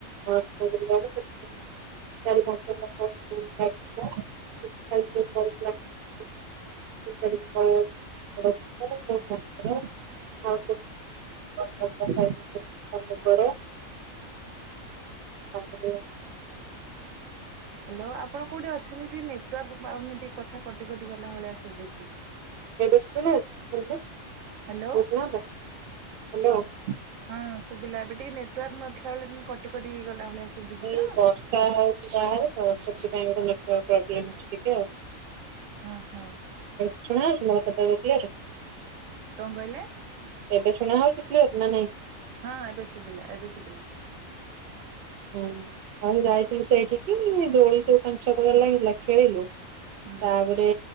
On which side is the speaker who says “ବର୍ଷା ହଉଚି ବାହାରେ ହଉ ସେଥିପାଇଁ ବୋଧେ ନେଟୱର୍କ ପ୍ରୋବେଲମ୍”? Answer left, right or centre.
Right